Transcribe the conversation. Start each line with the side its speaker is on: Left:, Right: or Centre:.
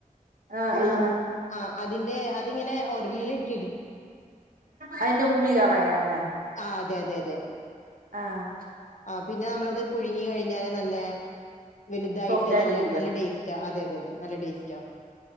Right: ആഹ് ആഹ്
Left: ആ അതിന്റെ അതിങ്ങനെ ഒരലിൽ ഇട്ടു
Right: അതിന്റെ ഉമ്മി കളയാനാ
Left: ആ അതെ അതെ അതെ
Right: ആഹ്
Left: ആ പിന്നെ നമ്മളത് പുഴുങ്ങി കഴി പില് നല്ല വലുതായിട്ട്
Right: സോഫ്റ്റ് ആയിട്ട്
Left: നല്ല
Right: ഇരിക്കോ
Left: നല്ല ടേസ്റ്റ് അതെ അതെ അതെ നല്ല ടേസ്റ്റാ